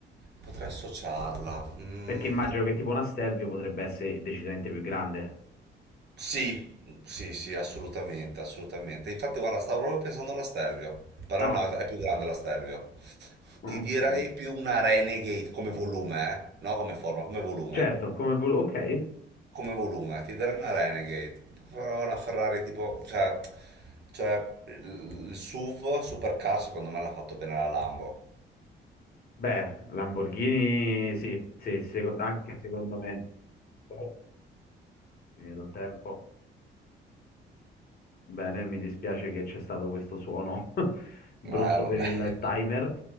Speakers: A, on the right; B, on the left.
A: potrei associarla? Mm,
B: Perché immagino che tipo una Stelvio potrebbe essere decisamente più grande.
A: sì, sì, sì, assolutamente, assolutamente. Infatti guarda, stavo proprio pensando alla Stelvio, però
B: Ah,
A: no, è più grande la Stelvio.
B: ok.
A: Ti direi più una Renegade come volume, eh? No, come forma, come volume.
B: Certo, come volevo, ok.
A: come volume, ti darei una Renegade, però una Ferrari tipo, cioè, cioè il il SUV Supercar secondo me l'ha fatto bene la Lambo.
B: Beh, Lamborghini sì, sì, seco- anche secondo me. Poi, finito il tempo. Bene, mi dispiace che c'è stato questo suono <laughs> brutto
A: Eh, vabbè,
B: per il timer.